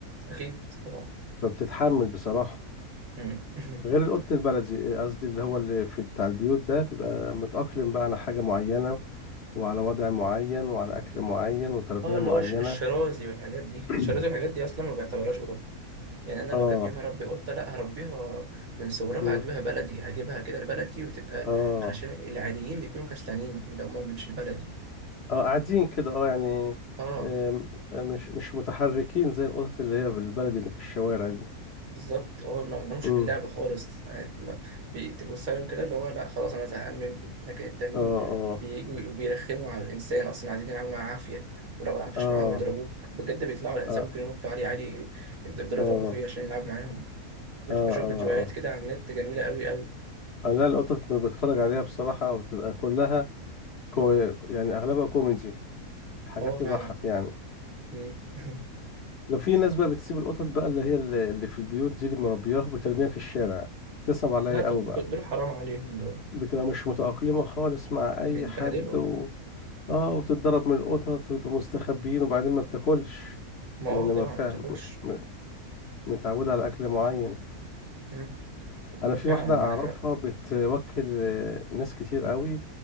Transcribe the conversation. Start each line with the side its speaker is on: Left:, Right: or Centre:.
Right: أكيد طبعا
Left: فبتتحمل بصراحة
Right: مم. <laughs>
Left: غير القط البلدي قصدي اللي هو اللي في بتاع البيوت ده بيبقى متأقلم بقى على حاجة معينة وعلى وضع معين وعلى أكل معين وتربية
Right: آه اللي
Left: معينة
Right: هو الش- الشرازي والحاجات دي
Left: <clears throat>
Right: الشرازي والحاجات دي أصلا ما بيعتبرهاش قطط. يعني انا
Left: اه
Right: لو جه في يوم هربي قطه لا هربيها من صغرها
Left: مم.
Right: هجيبها بلدي هجيبها كده لبلدي وتبقى
Left: اه
Right: علشان العاديين بيكونوا كسلانين اللي هم اللي مش البلدي
Left: اه قاعدين كده اه يعني
Right: اه
Left: آم، آه، مش مش متحركين زي القطط اللي هي بالبلدي اللي في الشوارع دي
Right: بالظبط اه ما لهمش
Left: مم.
Right: في اللعب خالص يعني ما- بتبص عليهم كده اللي هو لا خلاص انا زهقان منكم لكن التانيين
Left: اه اه
Right: بيجوا بيرخموا على الانسان اصلا عايزين يلعبوا معاه عافيه ولو ما لعبتش
Left: اه
Right: معاهم يضربوك بجد بيطلعوا على الانسان
Left: اه
Right: ممكن ينطوا عليه عادي يقدروا
Left: اه
Right: يضربوا فيه عشان يلعب معاهم بشوف
Left: اه اه
Right: فيديوهات كده على النت جميله قوي قوي
Left: اه لا القطط اللي بتفرج عليها بصراحة بتبقى كلها كو يعني أغلبها كوميدي حاجات
Right: اه فعلا
Left: تضحك يعني
Right: مم. <laughs>
Left: لو في ناس بقى بتسيب القطط بقى اللي هي اللي اللي في البيوت دي اللي مربياها وبترميها في الشارع تصعب عليا
Right: لا دول
Left: قوي بقى
Right: دول دول حرام عليهم دول
Left: بتبقى مش متأقلمة خالص مع أي
Right: بيتبهدلوا
Left: حد و... اه وتتضرب من القطط ويبقوا مستخبيين وبعدين ما بتاكلش
Right: ما
Left: لأن
Right: اه طبعا
Left: ما فاهم
Right: ما بتاكلش
Left: م- متعودة على أكل معين
Right: مم.
Left: أنا في
Right: فعلا
Left: واحدة
Right: معاك
Left: أعرفها
Right: حق
Left: بتوكل آه، ناس كتير قوي